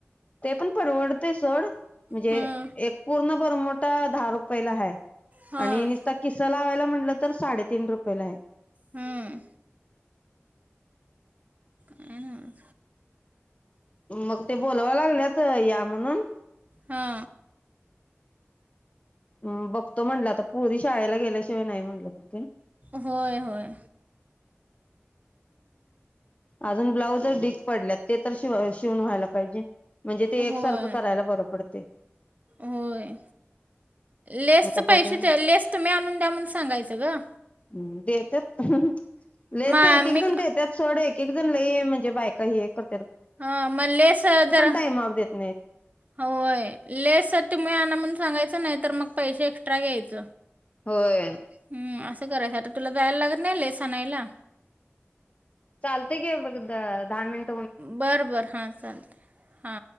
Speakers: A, on the left; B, on the right.
A: ते पण परवडतयं सोड म्हणजे
B: हां
A: एक पूर्ण बरमोठां <unintelligible> रूपयाला हाय आणि
B: हां
A: निसता किसा लावायला म्हटलं तर साडेतीन रुपयला आहे
B: हम्म हं.
A: मग ते बोलवाय लागल्यात या म्हणून
B: हा
A: म बघतो म्हटलं आता पोरी शाळेला गेल्याशिवाय नाही म्हणलं मग ते
B: होय होय
A: अजून ब्लाऊजचं ढीक पडल्यात ते तर श शिवून व्हायला पाहिजे म्हणजे ते एकसारखं
B: होय
A: करायला बरं पडतय
B: होय लेस
A: आता बघूया
B: पैसे लेस तुम्ही आणून द्या म्हनुण सांगायचं ग
A: हम् देत्यात लेस
B: मा
A: एक एक
B: मी
A: जण ते देत्यात एक एक जण लय म्हणजे बायका हे कर
B: ह म लेस जर
A: टाइमावर देत नाहीत.
B: होय लेस तुम्ही आणा म्हणुन सांगायचं नाही तर मग पैसे एक्स्ट्रा घ्यायच
A: होय
B: हम् असं करायसाठी आ तुला जायला लागत नाही लेस आणायला
A: चालतय की घे बघ दहा मिनिट
B: बरं बरं हा चालत हा